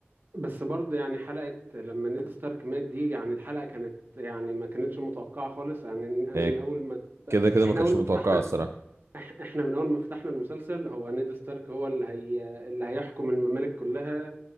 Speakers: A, on the right; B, on the right.
A: بس برضه يعني حلقة لما نيد ستارك مات دي يعني الحلقة كانت يعني ما كانتش متوقعة خالص يعني أنا
B: هيك
A: من أول ما
B: كده كده
A: إحنا
B: ما كانش
A: أول
B: متوقع
A: ما فتحنا
B: الصراحه
A: إحنا من أول ما فتحنا المسلسل هو نيد ستارك هو اللي هي اللي هيحكم الممالك كلها